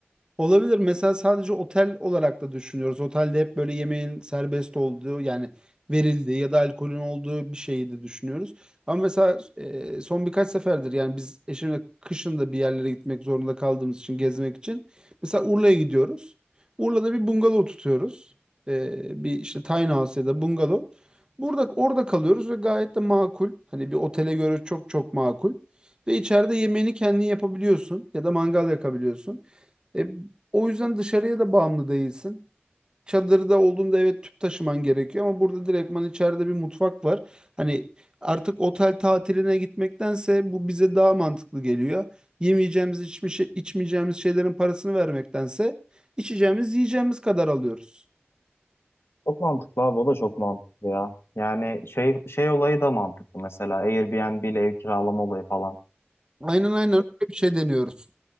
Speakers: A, on the right; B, on the left.
A: Olabilir. Mesela sadece otel olarak da düşünüyoruz. Otelde hep böyle yemeğin serbest olduğu yani verildiği ya da alkolün olduğu bir şeyi de düşünüyoruz. Ama mesela e, son birkaç seferdir yani biz eşimle kışın da bir yerlere gitmek zorunda kaldığımız için gezmek için. Mesela Urla'ya gidiyoruz. Urla'da bir bungalov tutuyoruz. E, bir işte tiny house ya da bungalov. Burada orada kalıyoruz ve gayet de makul. Hani bir otele göre çok çok makul. Ve içeride yemeğini kendin yapabiliyorsun ya da mangal yakabiliyorsun. E, o yüzden dışarıya da bağımlı değilsin. Çadırda olduğunda evet tüp taşıman gerekiyor ama burada direktman içeride bir mutfak var. Hani artık otel tatiline gitmektense bu bize daha mantıklı geliyor. Yemeyeceğimiz, içmiş, içmeyeceğimiz şeylerin parasını vermektense içeceğimiz, yiyeceğimiz kadar alıyoruz.
B: <laughs> Çok mantıklı abi o da çok mantıklı ya. Yani şey şey olayı da mantıklı mesela Airbnb ile ev kiralama olayı falan.
A: Aynen aynen öyle bir şey deniyoruz.